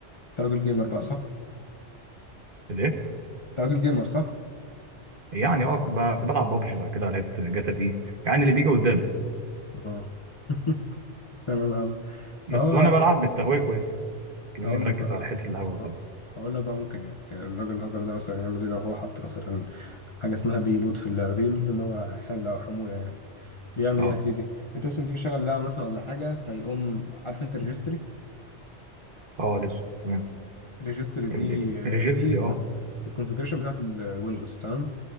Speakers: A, on the left; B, on the right.
A: انت راجل جيمر بقى صح؟
B: الإيه
A: انت راجل جيمر صح؟
B: يعني أه كنت ب- بلعب بابجي بعد كده لعبت جاتا في يعني اللي بيجي قدامي
A: اه <laughs> تمام أوي
B: بس
A: فهو
B: وأنا بلعب بالتهوية كويسة لأني
A: هقول
B: مركز
A: لك بقى
B: على حتة الهوا وكده
A: ه- هقول لك بقى ممكن يعني الراجل الهاكر ده مثلا يعمل ايه لو هو حط مثلا حاجة اسمها بيلود في اللعبة بيلود ده اللي هو حمل أو حمولة يعني بيعمل
B: أه
A: إيه يا سيدي؟ أنت مثلا تيجي تشغل لعبة مثلا ولا حاجة فيقوم عارف أنت الريجستري
B: أه لسه تمام
A: ريجستري دي
B: ال- ال- الريجستري
A: دي كونف...
B: أه
A: الكونفجريشن بتاعت الويندوز تمام